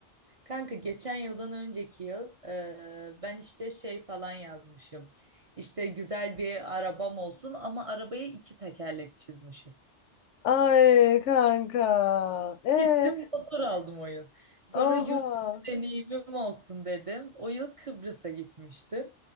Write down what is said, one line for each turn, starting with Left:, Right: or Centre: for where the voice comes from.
Right: Kanka geçen yıldan önceki yıl e, ben işte şey falan yazmışım. İşte güzel bir arabam olsun ama arabaya iki tekerlek çizmişim.
Left: Ay kanka. E,
Right: Gittim motor aldım o yıl. Sonra
Left: oha.
Right: yurt dışı deneyimim olsun dedim. O yıl Kıbrıs'a gitmiştim.